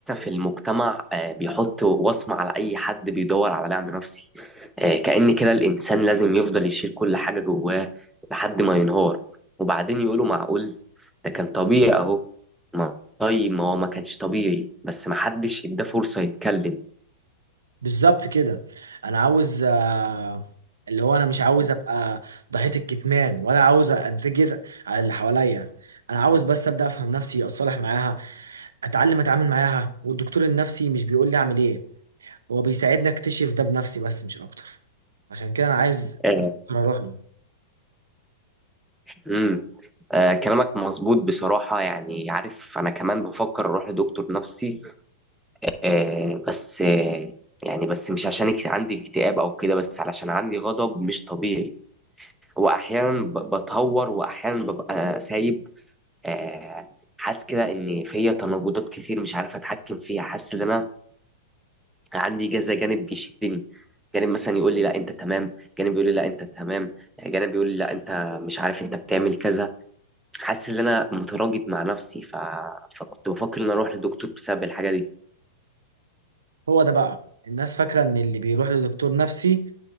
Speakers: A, in the centre; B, on the right (about 85°).
A: المجتمع آه، بيحط وصمة على أي حد بيدور على دعم نفسي آه، كأن كده الإنسان لازم يفضل يشيل كل حاجة جواه لحد ما ينهار وبعدين يقولوا معقول ده كان طبيعي أهو ما- طيب ما هو ما كانش طبيعي بس ما حدش اداه فرصة يتكلم
B: بالظبط كده انا عاوز آه، اللي هو انا مش عاوز ابقى ضحية الكتمان ولا عاوز انفجر على اللي حواليا انا عاوز بس ابدا افهم نفسي اتصالح معاها اتعلم اتعامل معاها والدكتور النفسي مش بيقول لي اعمل ايه هو بيساعدني اكتشف ده بنفسي بس مش اكتر عشان كده انا عايز
A: آه،
B: بفكر اروح له
A: امم آه كلامك مظبوط بصراحة يعني عارف أنا كمان بفكر أروح لدكتور نفسي آه بس آه يعني بس مش عشان اكت- عندي اكتئاب أو كده بس علشان عندي غضب مش طبيعي وأحيانا ب- بتهور وأحيانا ببقى سايب آه حاسس كده إن فيا تناقضات كتير مش عارف أتحكم فيها حاسس إن أنا عندي كذا جانب بيشدني جانب مثلا يقول لي لا أنت تمام جانب يقول لي لا أنت تمام جانب يقول لي لا أنت مش عارف أنت بتعمل كذا حاسس ان انا متراجع مع نفسي ف... فكنت بفكر ان اروح لدكتور بسبب الحاجه دي
B: هو ده بقى الناس فاكرة ان اللي بيروح لدكتور نفسي